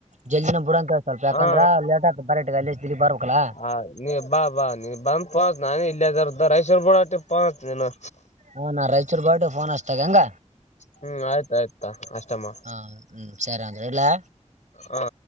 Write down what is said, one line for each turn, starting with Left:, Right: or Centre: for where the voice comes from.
Right: ಜಲ್ದಿನ ಬಿಡಂತೇಳ ಸ್ವಲ್ಪ ಯಾಕಂದ್ರ
Left: ಹಾ
Right: ಲೇಟ್ ಆತ ಬರಗ ಅಲ್ಲಿಷ್ಟಗ್ ಬರ್ಬೇಕಕ್ಲಾ
Left: ಹ ನೀ ಬಾ ಬಾ ನೀ ಬಾ ಪಾ ನಾನ ಇಲ್ಲ ಜರ ದರಐಶ್ವರ ಬುಡಟೆ ಪಾಚ್ ನನು
Right: ಹಾ ನಾನ್ ರಾಯಚೂರ್ ಬಾ ಫೋನ್ ಹಚ್ತಾಗ ಹಂಗ
Left: ಹ್ಮ್ ಆಯ್ತ ಆಯ್ತಾ ಅಷ್ಟಮ್ಮ
Right: ಹ ಹ್ಮ್ ಸರಿ ಅಂದ್ರ ಇಡ್ಲಾ
Left: ಹಾ